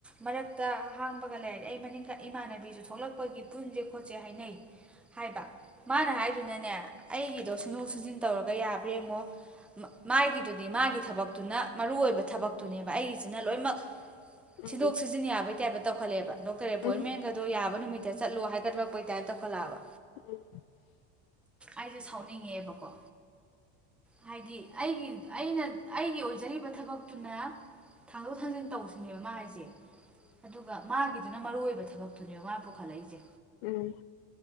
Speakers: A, in the centre; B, on the left.
A: ꯃꯔꯛꯇ ꯑꯍꯥꯡꯕꯒ ꯂꯩꯔꯗꯤ ꯑꯩ ꯃꯅꯤꯡꯒ ꯏꯃꯥꯟꯅꯕꯤꯁꯨ ꯊꯣꯛꯂꯛꯄꯒꯤ ꯄꯨꯟꯁꯦ ꯈꯣꯠꯁꯦ ꯍꯥꯏꯅꯩ ꯍꯥꯏꯕ ꯃꯥꯅ ꯍꯥꯏꯗꯨꯅꯅꯦ ꯑꯩꯒꯤꯗꯣ ꯁꯨꯡꯗꯣꯛ ꯁꯟꯖꯤꯟ ꯇꯧꯔꯒ ꯌꯥꯕ꯭ꯔ ꯌꯦꯡꯉꯣ ꯃꯥꯒꯤꯗꯨꯗꯤ ꯃꯥꯒꯤ ꯊꯕꯛꯇꯨꯅ ꯃꯔꯨ ꯑꯣꯏꯕ ꯊꯕꯛꯇꯨꯅꯦꯕ ꯑꯩꯒꯤꯁꯤꯅ ꯂꯣꯏꯃꯛ
B: ꯎꯝ
A: ꯁꯤꯗꯣꯛ ꯁꯤꯖꯤꯟ ꯌꯥꯕꯩ ꯇꯥꯏꯞꯇ ꯇꯧꯈꯜꯂꯦꯕ ꯗꯣꯛꯇꯔ ꯑꯦꯄꯣꯏꯟꯃꯦꯟ
B: ꯎꯝ ꯎꯝ
A: ꯑꯗꯣ ꯌꯥꯕ ꯅꯨꯃꯤꯠ ꯁꯤꯗ ꯆꯠꯂꯣ ꯍꯥꯏꯒꯠꯂꯛꯄꯩ ꯇꯥꯏꯝ ꯇꯧꯈꯠꯂꯛꯑꯕ
B: ꯎꯝ
A: ꯑꯩꯁꯦ ꯁꯥꯎꯅꯤꯡꯉꯦꯕꯀꯣ ꯍꯥꯏꯗꯤ ꯑꯩꯒꯤ ꯑꯩꯅ ꯑꯩꯒꯤ ꯑꯣꯏꯖꯔꯤꯕ ꯊꯕꯛꯇꯨꯅ ꯊꯥꯡꯗꯣꯛ ꯊꯥꯡꯖꯤꯟ ꯇꯧꯁꯤꯅꯦꯕ ꯃꯥ ꯍꯥꯏꯁꯦ ꯑꯗꯨꯒ ꯃꯥꯒꯤ ꯑꯗꯨꯅ ꯃꯔꯨꯑꯣ ꯑꯣꯏꯕ ꯊꯕꯛꯇꯨꯅꯦ ꯃꯥ ꯄꯨꯈꯥ ꯂꯩꯁꯦ
B: ꯎꯝ ꯎꯝ